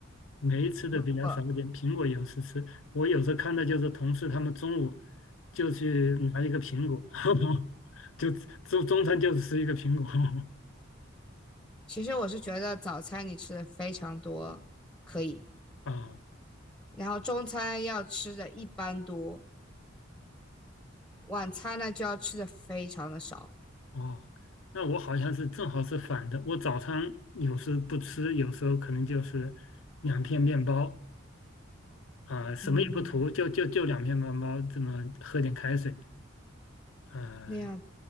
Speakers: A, on the left; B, in the centre.
A: 没吃的比较少一点，
B: 如果。
A: 苹果有时吃。我有时候看到就是同事他们中午就去拿一个苹果，<laughs> 就中中餐就吃一个苹果。<laughs>
B: 其实我是觉得早餐你吃的非常多，可以，
A: 啊
B: 然后中餐要吃的一般多，晚餐呢就要吃的非常的少，
A: 哦，那我好像是正好是反的。我早餐有时不吃，有时候可能就是两片面包啊、什么也不涂，
B: 嗯，
A: 就就就两片面包，这么喝点开水。呃
B: 那样